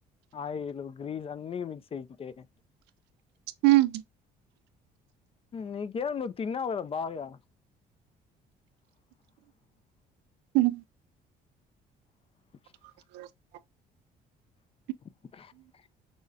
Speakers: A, on the left; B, on the right.
A: ఆయిల్ గ్రీస్ అన్ని మిక్స్ అయిట్ట
B: హ్మ్మ్
A: నీకేం నువ్ తిన్నావ్ గ బాగా
B: హ్మ్
A: <inaudible>
B: <unintelligible>
A: <inaudible>